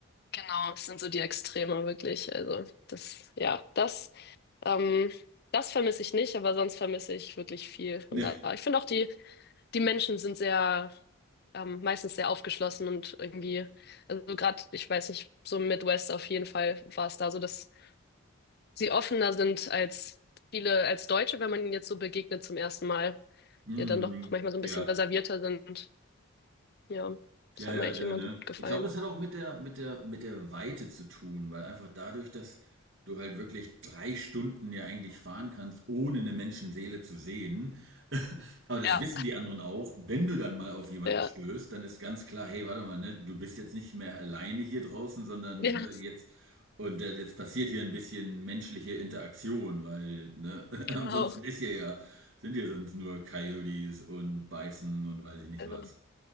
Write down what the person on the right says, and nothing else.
Ne?
Mhm.
Ja.
Ja,
ja,
ja,
ne?
Ich glaube, das hat auch mit der, mit der, mit der Weite zu tun, weil einfach dadurch, dass du halt wirklich drei Stunden ja eigentlich fahren kannst, ohne eine Menschenseele zu sehen. <laughs> Aber das
wissen die anderen auch. Wenn du dann mal auf jemanden
stößt, dann ist ganz klar, hey, warte mal, ne, du bist jetzt nicht mehr alleine hier draußen, sondern
ne, jetzt und äh, jetzt passiert hier ein bisschen menschliche Interaktion, weil ne, <laughs>
ansonsten ist hier ja, sind hier sonst nur Coyotes und Beißen und weiß ich nicht
was.